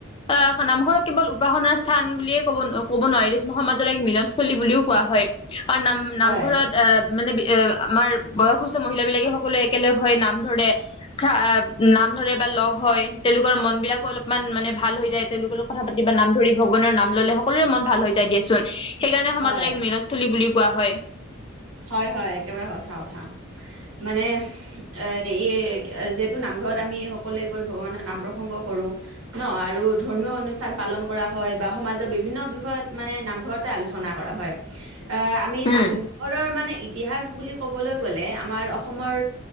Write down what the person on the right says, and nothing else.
হয়
হয়
হয় হয় একেবাৰে সঁচা কথা, মানে এ ই যিহেতু নামঘৰত আমি সকলোৱে গৈ ভগৱানৰ নাম প্ৰসংগ কৰো ন আৰু ধৰ্মীয় অনুষ্ঠান পালন কৰা হয় বা সমাজৰ বিভিন্ন বিষয়ত মানে নামঘৰতে আলোচনা কৰা হয়। অ' আমি
নাম <unintelligible> মানে ইতিহাস বুলি ক'বলৈ গ'লে আমাৰ অস অসমৰ